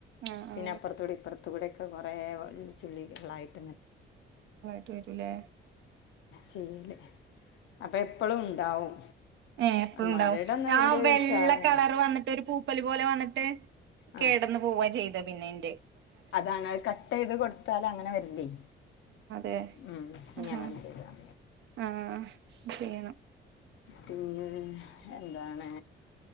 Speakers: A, on the right (about 70°); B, on the left (about 75°).
A: ആ
B: പിന്നെ
A: ആ
B: അപ്പുറത്ത കൂടി ഇപ്പുറത്ത് ഇവിടെയൊക്കെ കുറെേ വള്ളിച്ചെടികളായിട്ട്
A: വിട്ടീല്ലേ
B: ചെയ്യലേ അപ്പം എപ്പോഴും ഉണ്ടാവും
A: ഏ എപ്പഴുണ്ടാവും
B: മരടൊന്നും
A: ആ
B: വലിയൊരു
A: വെള്ള
B: ഉഷാറില്ല
A: കളർ വന്നിട്ട് ഒരു പൂപ്പൽ പോലെ വന്നിട്ട്
B: ആ
A: കേടന്നു പോവാൻ ചെയ്ത പിന്നെ എന്റെ
B: അതാണ് കട്ട് ചെയ്ത് കൊടുത്താലും അങ്ങനെ വരില്ലേ
A: <inaudible>
B: ഉം, ഇനി അങ്ങനെ ചെയ്താൽ മതി
A: ആ ചെയ്യണം
B: പിന്നെ എന്താണ്